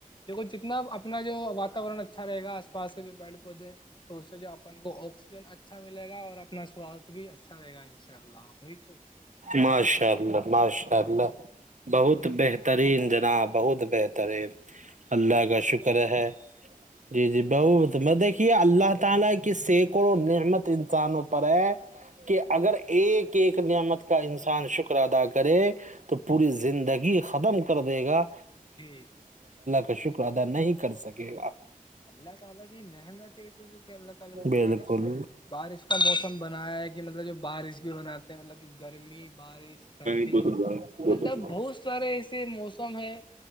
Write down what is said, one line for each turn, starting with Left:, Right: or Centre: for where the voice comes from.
Left: دیکھ جتنا اپنا جو وااتاورن اچھا رہےا آس پاس کے جو پیڑ پودے تو اس سے جو اپن کو آکسیجن اچھا ملے گا اور اپنا سواستھ بھی اچھا رہے گا ان شاء اللہھ تو
Right: ماشاء اللہ ماشاء اللہ بہت
Left: جی
Right: بہترین جناب بہت بہتر ترے اللہ کا شکر ہے دیکھیے اللہ تعالی کے سینے کو محنت دکانوں پر ہے کہ اگر ایک ایک نعمت کا انسان شکر ادا کرے تو پوری زندگی ختم کر دے گا
Left: جی
Right: کا شکر ادا
Left: تو
Right: نہیں کر سکے
Left: اللہ تعالی کی نعمتیں تجھے اللہ تعالی کی
Right: بالکل
Left: بارش بارش کا موسم بنایا ہے کہ مطلب جب بارش بھی بناتے ہیں مطلب جو گرمی بارش سردی
Right: بہت
Left: مطلب
Right: اچھا
Left: بہت سارے ایسے موسم ہیں